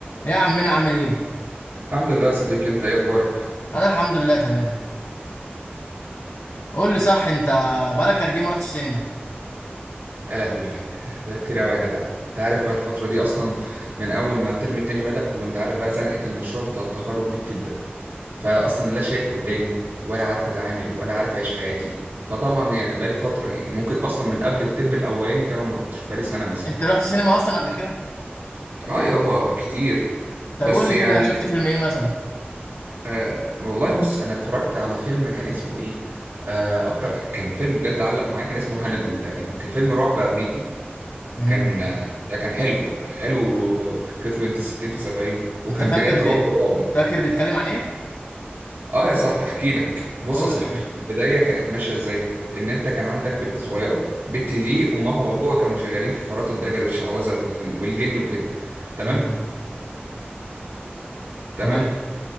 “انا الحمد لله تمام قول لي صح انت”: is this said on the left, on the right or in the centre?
Left